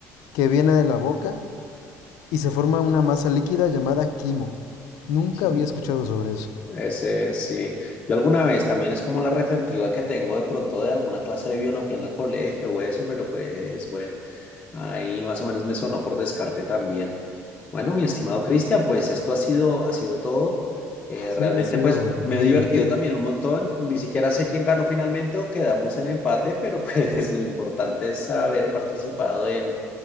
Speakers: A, on the left; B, on the left.
A: que viene de la boca y se forma una masa líquida llamada quimo. Nunca
B: Quimo,
A: había escuchado sobre eso.
B: Ese sí. Yo alguna vez también es como la retentiva que tengo de pronto de alguna clase de biología en el colegio o eso, pero pues bueno, Ahí más o menos me sonó por descarte también. Bueno, mi estimado Cristian, pues esto ha sido, ha sido todo. Eh, realmente
A: Sí, ha sido
B: pues me
A: muy
B: he divertido
A: divertido.
B: también un montón. Ni siquiera sé quién ganó finalmente o quedamos en empate, pero pues <laughs> lo importante es haber participado en,